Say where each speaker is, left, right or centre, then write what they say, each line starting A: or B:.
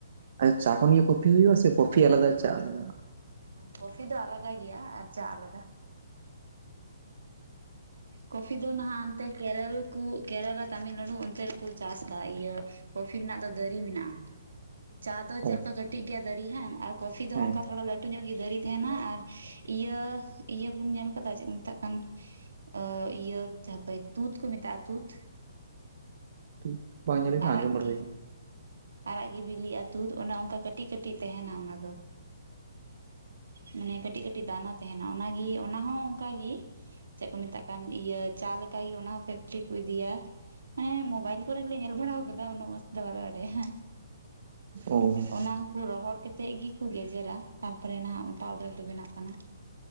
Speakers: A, on the right; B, on the right.
A: ᱟᱪᱪᱪᱟ ᱪᱟ ᱠᱷᱚᱱ ᱜᱮ ᱠᱚᱯᱷᱤ ᱦᱩᱭᱩᱜᱼᱟ ᱥᱮ ᱠᱚᱯᱷᱤ ᱟᱞᱟᱫᱟ ᱪᱟ ᱟᱞᱟᱫᱟ?
B: ᱠᱚᱯᱷᱤ ᱫᱚ ᱟᱞᱟᱫᱟ ᱜᱮᱭᱟ ᱟᱨ ᱪᱟ ᱟᱞᱟᱫᱟ ᱾
A: <unintelligible>
B: ᱠᱚᱯᱷᱤ ᱫᱚ ᱱᱟᱦᱟᱸᱜ ᱚᱱᱛᱮ ᱠᱮᱨᱚᱞ ᱠᱚ ᱠᱮᱨᱚᱞᱟ ᱛᱟᱢᱤᱞᱱᱟᱲᱩ ᱚᱱᱛᱮ ᱨᱮᱠᱚ ᱪᱟᱥᱫᱟ ᱤᱭᱟᱹ ᱠᱚᱯᱷᱤ ᱨᱮᱱᱟᱜ ᱫᱚ ᱫᱟᱨᱮ ᱢᱮᱱᱟᱜᱼᱟ ᱪᱟ ᱫᱚ ᱪᱮᱫᱠᱟ
A: ᱚ
B: ᱠᱟᱹᱴᱤᱡ ᱜᱮᱭᱟ ᱾ ᱫᱟᱨᱤ ᱦᱟᱝ ᱟᱨ ᱠᱚᱤᱷᱤ ᱫᱚ
A: ᱦᱮᱸ
B: ᱚᱱᱠᱟ ᱛᱷᱲᱟ ᱞᱟᱹᱴᱩ ᱧᱚᱜ ᱜᱮ ᱫᱟᱨᱤ ᱛᱟᱦᱮᱱᱟ ᱟᱨ ᱤᱭᱟᱹ ᱤᱭᱟᱹ ᱵᱚᱱ ᱧᱮᱞ ᱠᱟᱫᱟ ᱪᱮᱫ ᱠᱚ ᱢᱮᱛᱟᱜ ᱠᱟᱱ ᱟ ᱤᱭᱟᱹ ᱦᱟᱸᱯᱟᱭ ᱛᱩᱫ ᱠᱚ ᱢᱮᱛᱟᱼᱟ ᱛᱩᱫ
A: ᱴᱷᱤᱠ ᱵᱟᱝ ᱧᱮᱞ ᱦᱩᱭ ᱠᱟᱱᱟ
B: ᱟᱨᱟᱜ
A: ᱟᱸᱡᱚᱢ ᱵᱟᱲᱟ
B: ᱜᱮ
A: ᱦᱩᱭ ᱠᱟᱱᱟ
B: ᱟᱨᱟᱜ ᱜᱮ ᱵᱤᱞᱤᱜᱼᱟ ᱛᱩᱫ ᱚᱱᱮ ᱚᱱᱠᱟ ᱠᱟᱹᱴᱤᱡ ᱠᱟᱹᱴᱤᱡ ᱛᱟᱦᱮᱱᱟ ᱚᱱᱟ ᱫᱚ ᱾ ᱢᱟᱱᱮ ᱠᱟᱹᱴᱤᱡ ᱠᱟᱹᱴᱤᱡ ᱫᱟᱱᱟ ᱛᱟᱦᱮᱱᱟ ᱚᱱᱟᱜᱮ ᱚᱱᱟ ᱦᱚᱸ ᱚᱱᱠᱟᱜᱮ ᱪᱮᱫ ᱠᱚ ᱢᱮᱛᱟᱜ ᱠᱟᱱ ᱤᱭᱟᱹ ᱪᱟ ᱞᱮᱠᱟᱜᱮ ᱚᱱᱟ ᱦᱚᱸ ᱯᱷᱮᱠᱴᱨᱤ ᱠᱚ ᱤᱫᱤᱭᱟ᱾ ᱢᱟᱱᱮ ᱢᱳᱵᱟᱭᱤᱞ ᱠᱚᱨᱮᱞᱮ ᱧᱮᱞ ᱵᱟᱲᱟᱣ ᱠᱟᱫᱟ ᱩᱱᱟᱹᱜ ᱢᱚᱸᱡᱽᱛᱮ ᱫᱚ ᱵᱟᱞᱮ ᱵᱟᱰᱟᱭᱟ
A: ᱚ ᱦᱩᱸ
B: ᱚᱱᱟ ᱦᱚᱸᱠᱚ ᱨᱚᱦᱚᱲ ᱠᱮᱛᱮᱫ ᱜᱮᱠᱚ ᱜᱮᱡᱮᱨᱟ ᱛᱟᱨᱯᱚᱨᱮ ᱱᱟᱦᱟᱜ ᱯᱟᱣᱰᱟᱨ ᱫᱚ ᱵᱮᱱᱟᱜ ᱠᱟᱱᱟ ᱾